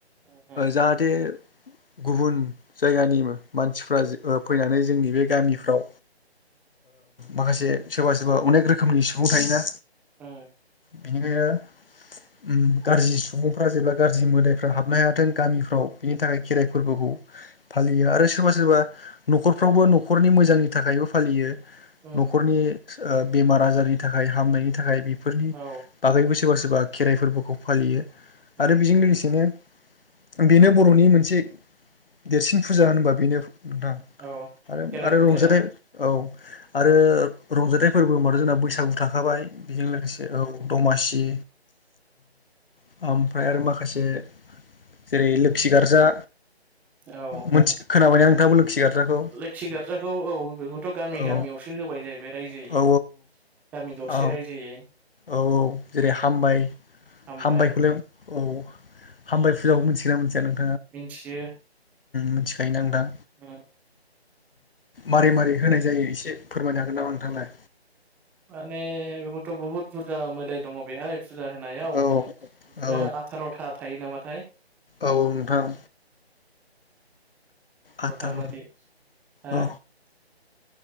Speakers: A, in the centre; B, on the left.
A: उम
B: जाहाथे गुबुन जायगानि मानसिफ्रा फैनानै जोंनि बे गामिफ्राव माखासे सोरबा सोरबा अनेक रोखोमनि सुबुं थायोना
A: औ
B: बिनिखायनो गाज्रि सुबुंफ्रा जेब्ला गाज्रि मोदायफ्रा हाबनो हायाथों गामिफ्राव बिनि थाखाय खेराइ फोरबोखौ
A: <inaudible>
B: फालियो आरो सोरबा सोरबा न'खरफ्रावबो न'खरनि मोजांनि थाखायबो फालियो।
A: उम
B: न'खरनि बेमार आजारनि थाखाय हामनायनि थाखाय बेफोरनि
A: औ
B: बागैबो सोरबा सोरबा खेराइ फोरबोखौ फालियो
A: उम
B: आरो बेजों
A: उम
B: लोगोसेनो बेनो बर'नि मोनसे देरसिन फुजा होनबा बेनो नोंथां
A: औ
B: आरो
A: खेराइ
B: आरो
A: फुजाया
B: रंजाथाइ औ आरो रंजाथाइ फोरबो होनबाथ' जोंना बैसागु थाखाबाय बेजों लोगोसे औ दमासि औ ओमफ्राय आरो माखासे जेरै लोखि गार्जा
A: औ
B: मोनथि खोनाबायना नोंथाङाबो लोखि गार्जाखौ
A: लोखि गार्ज्राखौ औ बेखौथ' गामि
B: औ
A: गामियावसो होबाय जाहैबाय रायजोयै
B: औ
A: गामि दरसे
B: औ
A: रायजोयै
B: औ औ जेरै हामबाय
A: हामबाय
B: हामबायखौ औ हामबाय फुजाखौ मिथिगोना मोनथिया नों?
A: मिथियो।
B: मिथिखायो ना नोंथां?
A: <inaudible>
B: मारै मारै होनाय जायो एसे फोरमायनो हागोन नोंथाङालाय नामा?
A: माने बेखौथ' बुहुद बुरजा मोदाय दङ बेहाय फुजा होनायाव
B: औ
A: बिदिनो
B: औ
A: आथार'था थायो नामाथाय?
B: औ नोंथां
A: <inaudible>
B: आथार' औ